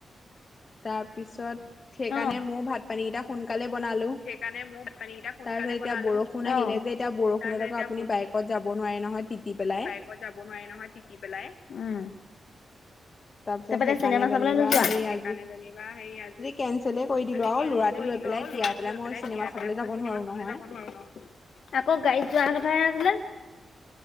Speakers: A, on the left; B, on the left.
A: তাৰপিছত, সেইকাৰণে
B: অ
A: ময়ো ভাত পানীকেইটা সোনকালে বনালোঁ।
B: সেইকাৰণে ময়ো ভাত পানীকেইটা সোনকালে
A: তাৰপিছত এতিয়া
B: বনালোঁ।
A: বৰষুণ
B: অ',
A: আহিলে যে এতিয়া বৰষুণত
B: চাৰে চাৰিটা
A: আকৌ আপুনি বাইকত যাব নোৱাৰে নহয় তিতি পেলাই।
B: বাইকত যাব নোৱাৰে নহয় তিতি পেলাই। উম।
A: তাৰপিছত
B: তাপা এতিয়া
A: সেইকাৰণে
B: চিনেমা
A: যেনিবা
B: চাবলৈ নোযোৱা?
A: হেৰি
B: সেইকাৰণে
A: আজি
B: যেনিবা হেৰি আজি,
A: কেনচেলেই কৰি দিলো
B: আজি
A: আৰু
B: কেঞ্চেলে
A: ল'ৰাটো
B: কৰি
A: লৈ
B: দিম।
A: পেলাই
B: নোৱাৰো,
A: তিয়াই
B: ল'ৰাটো লৈ
A: মই
B: পেলাই
A: চিনেমা
B: তিয়াই
A: চাবলৈ
B: পেলাই, মই
A: যাব
B: চিনেমা
A: নোৱাৰো
B: চাবলৈ
A: নহয়।
B: যাব নোৱাৰো নহয়। আকৌ, গাড়ীত যোৱা কথাহে আছিলে।